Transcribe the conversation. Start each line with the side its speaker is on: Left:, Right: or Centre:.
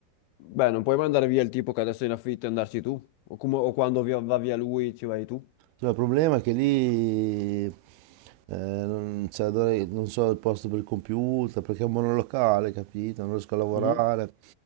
Left: Beh, non puoi mandare via il tipo che adesso è in affitto e andarci tu, o, come- o quando vi- va via lui ci vai tu.
Right: No, il problema è che lì eh, non, cioè, dovrei- non so il posto per il computer, perché è un monolocale, capito? Non riesco a lavorare.
Left: Mhm.